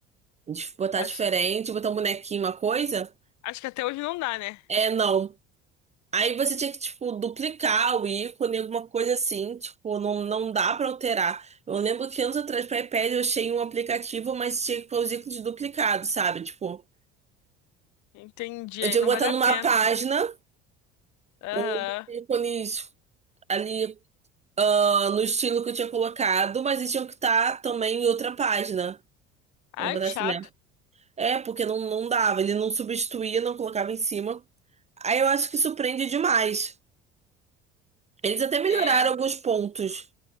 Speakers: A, on the right; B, on the left.
A: de- botar
B: Acho,
A: diferente, botar um bonequinho, uma coisa,
B: acho que até hoje não dá, né?
A: é não. Aí você tinha que, tipo, duplicar o ícone, alguma coisa assim. Tipo, não, não dá pra alterar. Eu lembro que anos atrás, para iPad, eu achei um aplicativo, mas tinha que pôr os ícones duplicados, sabe? Tipo,
B: Entendi,
A: eu
B: aí
A: tinha
B: não
A: que botar
B: vale a
A: numa
B: pena.
A: página
B: Aham.
A: os ícones ali ah, no estilo que eu tinha colocado, mas eles tinham que estar também em outra página.
B: Ai,
A: Vamos botar
B: que chato.
A: assim, né? É, porque não, não dava, ele não substituía, não colocava em cima. Aí eu acho que surpreende demais. Eles até melhoraram
B: É.
A: alguns pontos,